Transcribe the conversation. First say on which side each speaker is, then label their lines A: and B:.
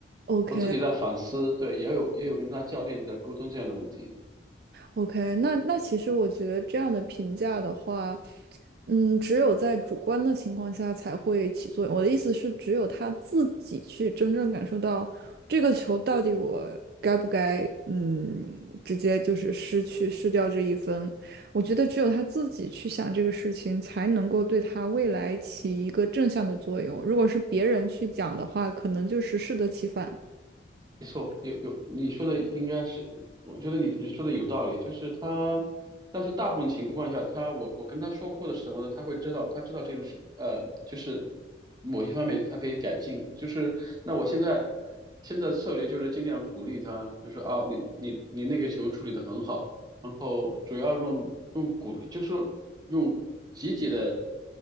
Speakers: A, on the right; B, on the right.
A: o k
B: 我自己在反思，对，也有也有跟他教练在沟通这样的问题。
A: o k 那那其实我觉得这样的评价的话，嗯，只有在主观的情况下才会起作用。我的意思是，只有他自己去真正感受到这个球到底我该不该，嗯，直接就是失去失掉这一分。我觉得只有他自己去想这个事情，才能够对他未来起一个正向的作用。如果是别人去讲的话，可能就是适得其反。
B: 没错，有有你说的应该是，我觉得你你说的有道理，就是他，但是大部分情况下，他我我跟他说过的时候呢，他会知道，他知道这种事，呃，就是某些方面他可以改进，就是那我现在。现在策略就是尽量鼓励他，就说啊，你你你那个球处理得很好，然后主要用用鼓励，就是说用积极的